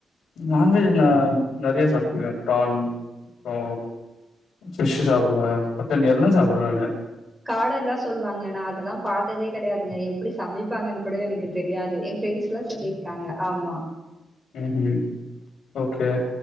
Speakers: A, on the left; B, in the centre.
A: நான்வெஜ் நா நறைய சாப்பிட்டுருக்கே பிரான் அப்றோ ஃபிஷ்ஷூ சாப்பிடுவே மட்டன் எல்லா சாப்பிடுவே நானு
B: காட எல்லா சொல்லுவாங்க நா அதெல்லா பாத்ததே கெடையாதுங்க எப்டி சமைப்பாங்கன்னு கூட எனக்கு தெரியாது ஃப்ரெண்ட்ஸ்லா சொல்லிருக்காங்க ஆமா
A: ம்ஹ்ம் ஓகே